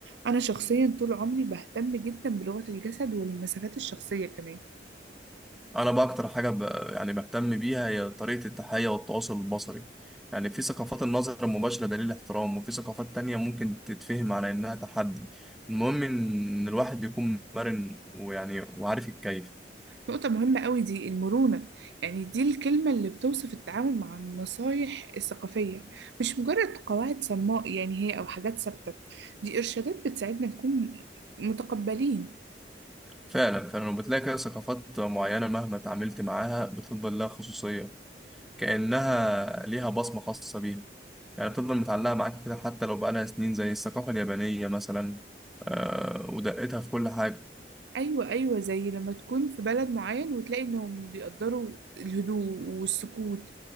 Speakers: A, on the right (about 75°); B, in the centre.
A: انا شخصيا طول عمري بهتم جدا بلغة الجسد والمسافات الشخصية كمان
B: انا بقى اكتر حاجه ب... يعني بهتم بيها هي طريقه التحيه والتواصل البصري يعني في ثقافات النظر المباشره دليل احترام وفي ثقافات تانية ممكن تتفهم على انها تحدي المهم ان إن الواحد يكون مرن ويعني وعارف يتكيف
A: نقطة مهمة قوي دي المرونة يعني دي الكلمة اللي بتوصف التعامل مع النصايح الثقافية مش مجرد قواعد صماء يعني هي او حاجات ثابتة دي ارشادات بتساعدنا نكون متقبلين
B: فعلا فعلا وبتلاقي كده ثقافات معينه مهما تعاملت معاها بتفضل لها خصوصيه كانها ليها بصمه خاصه بيها يعني بتفضل متعلقة معاك كده حتى لو بقالها سنين زي الثقافة اليابانية مثلا آه، ودقتها في كل حاجة
A: ايوه ايوه زي لما تكون في بلد معين وتلاقي انهم بيقدروا الهدوء والسكوت